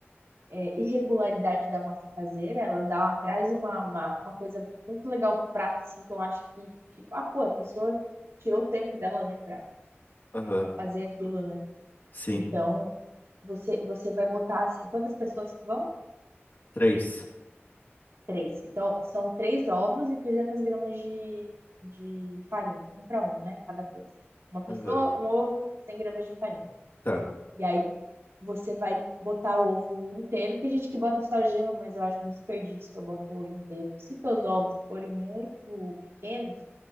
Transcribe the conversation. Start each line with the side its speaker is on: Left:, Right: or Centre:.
Right: é, irregularidade da massa caseira, ela dá, traz uma, uma, uma coisa muito legal pro prato, assim, que eu acho que, tipo, ah, pô, a pessoa tirou o tempo dela, né, pra,
Left: Aham.
Right: pra fazer aquilo, né?
Left: Sim.
Right: Então, você, você vai botar, assim, quantas pessoas que vão?
Left: Três.
Right: Três. Então, são três ovos e 300 gramas de, de farinha, um para um, né, cada coisa. Uma pessoa,
Left: Aham.
Right: um ovo, 100 gramas de farinha.
Left: Tá.
Right: E aí Você vai botar o ovo inteiro. Tem gente que bota só gema, mas eu acho um desperdício. Eu boto o ovo inteiro. Se teus ovos forem muito pequenos,